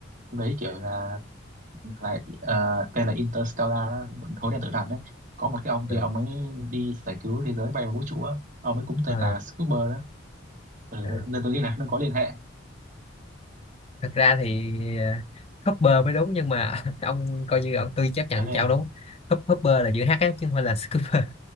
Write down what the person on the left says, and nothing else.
Ờ,
ờ.
à.
thật ra thì ờ, Hopper mới đúng nhưng mà <laughs> ông coi như ông tôi chấp nhận
cho
ông đúng Hop- Hopper là chữ H á chứ không phải là Scooper